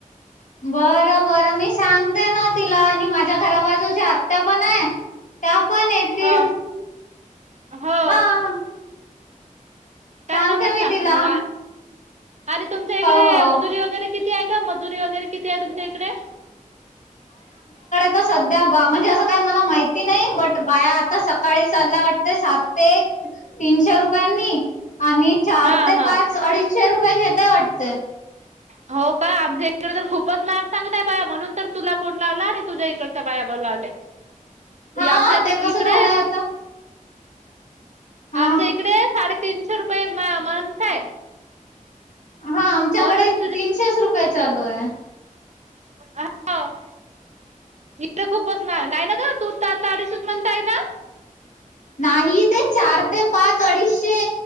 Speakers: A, on the left; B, on the right.
A: बरं बरं मी सांगते ना तिला आणि माझ्या घरा बाजूची आत्या पण आहे. त्या पण येतील.
B: हा हो
A: हा
B: त्यांना
A: सांगते
B: पण
A: मी
B: सांगशील
A: तिला.
B: मग आणि तुमच्या इकडे
A: हो हो.
B: मजुरी वगैरे किती आहे ग मजुरी वगैरे किती तुमच्या इकडे?
A: आता सध्या बा म्हणजे असं काही मला माहिती नाही बट बाया आता सकाळी चालल्या वाटते सात ते तीनशे रुपयांनी आणि चार
B: हा
A: ते
B: हा
A: पाच अडीचशे रुपये घेताय वाटते
B: हो का आमच्या इकडे तर खूपच माहाग सांगतय बा म्हणून तर तुला फोन लावला आणि तुझ्या इकड. बायाबाला आल्या
A: हा
B: आमच्या त
A: ते कसं
B: इकडे
A: झालंय आता हा
B: आमच्या इकडे साडेतीनशे रुपये मंथ आहे.
A: हा आमच्याकडे
B: म्हणून
A: तीनशेच रुपये चालू आहे.
B: ह्ं इथ खूप बसणार नाही ना का तू त तडीस म्हणताय ना.
A: नाही ते चार ते पाच अडीचशे